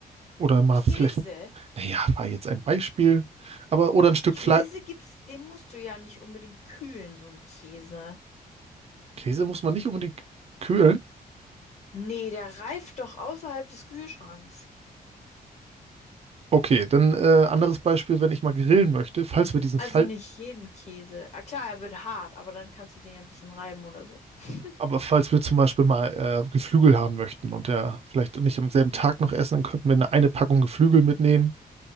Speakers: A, on the right; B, on the left.
A: oder mal
B: Käse?
A: vielleicht, naja, war jetzt ein Beispiel, aber oder ein Stück
B: Käse
A: Fleisch.
B: gibt's, den musst du ja nicht unbedingt kühlen, so ein Käse.
A: Käse muss man nicht unbedingt kühlen.
B: Nee, der reift doch außerhalb des Kühlschranks.
A: Okay, dann äh, anderes Beispiel, wenn ich mal grillen möchte, falls wir diesen
B: Also
A: Fall,
B: nicht jeden Käse. Ah, klar, er wird hart, aber dann kannst du den ja ein bisschen reiben oder so. <laughs>
A: aber falls wir zum Beispiel mal äh, Geflügel haben möchten und der vielleicht nicht am selben Tag noch essen, dann könnten wir eine, eine Packung Geflügel mitnehmen.